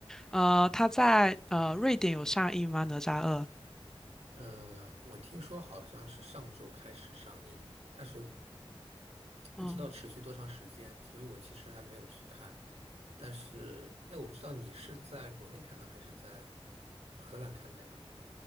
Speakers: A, in the centre; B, on the right.
A: 呃，他在呃瑞典有上映吗？《哪吒二》？
B: 呃，我听说好像是上周开始上映，但是
A: 嗯，
B: 不知道持续多长时间，所以我其实还没有去看。但是，哎，我不知道你是在国内看的还是在荷兰看的呀？